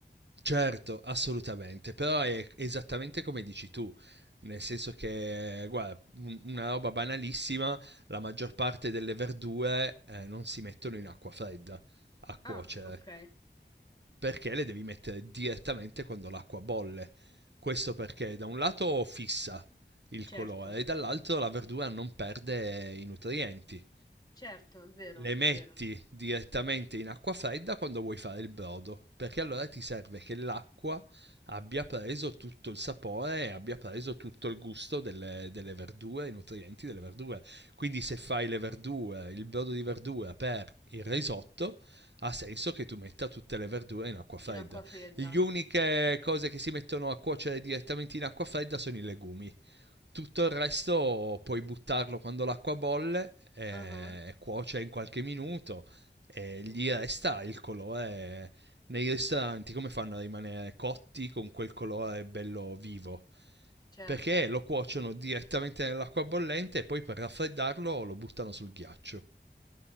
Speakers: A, on the right; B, on the left.
A: Certo, assolutamente, però è esattamente come dici tu, nel senso che, guarda, un- una roba banalissima, la maggior parte delle verdure eh, non si mettono in acqua fredda a cuocere
B: Ah, ok,
A: perché le devi mettere direttamente quando l'acqua bolle. Questo perché da un lato fissa il
B: certo,
A: colore e dall'altro la verdura non perde i nutrienti.
B: certo, è vero,
A: Le
B: è
A: metti
B: vero.
A: direttamente in acqua fredda quando vuoi fare il brodo, perché allora ti serve che l'acqua abbia preso tutto il sapore e abbia preso tutto il gusto delle, delle verdure, i nutrienti delle verdure. Quindi se fai le verdure, il brodo di verdura per il risotto, ha senso che tu metta tutte le verdure in acqua fredda.
B: In acqua fredda.
A: Le uniche cose che si mettono a cuocere direttamente in acqua fredda sono i legumi. Tutto il resto puoi buttarlo quando l'acqua bolle eh,
B: Ah, ah,
A: e cuoce in qualche minuto e gli resta il colore nei ristoranti come fanno a rimanere cotti con quel colore bello vivo
B: certo.
A: perché lo cuociono direttamente nell'acqua bollente e poi per raffreddarlo lo buttano sul ghiaccio.